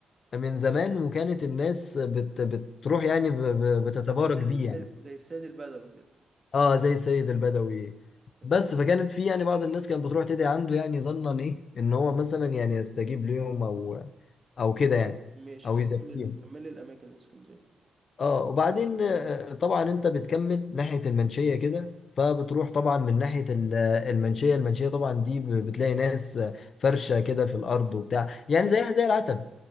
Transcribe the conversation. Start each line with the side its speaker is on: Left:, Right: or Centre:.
Left: من زمان وكانت الناس بت بتروح يعني ب- ب- بتتبارك
Right: زي السيد
Left: بيه
Right: زي
Left: يعني
Right: زي السيد البدوي كده
Left: اه زي السيد البدوي
Right: فاهم؟
Left: بس فكانت في يعني بعض الناس كانت بتروح تدعي عنده يعني ظنا ايه ان هو مثلا يعني يستجيب ليهم او او كده يعني
Right: ماشي
Left: او
Right: كمل
Left: يزكيهم
Right: ال- كمل لي الأماكن اللي في اسكندرية
Left: اه وبعدين آه، طبعا انت بتكمل ناحية المنشية كده فبتروح طبعا من ناحية ال- المنشية المنشية طبعا دي ب- بتلاقي ناس آه، فرشة كده في الأرض وبتاع يعني زيها زي العتبة